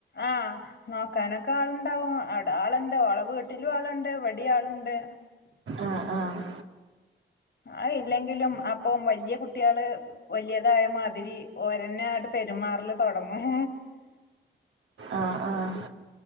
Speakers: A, on the left; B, on the right.
A: ആഹ് നോക്കാനൊക്കെ ആളുണ്ടാവും അവിട ആളുണ്ട് ഒള വീട്ടിലും ആളുണ്ട് ഇവിടി ആളുണ്ട്
B: ആഹ് ആഹ്
A: അ ഇല്ലെങ്കിലും അപ്പം വലിയ കുട്ടികള് വലിയതായ മാതിരി ഓരന്നെ ആട്ട് പെരുമാറൽ തുടങ്ങും
B: ആഹ്‌ ആഹ്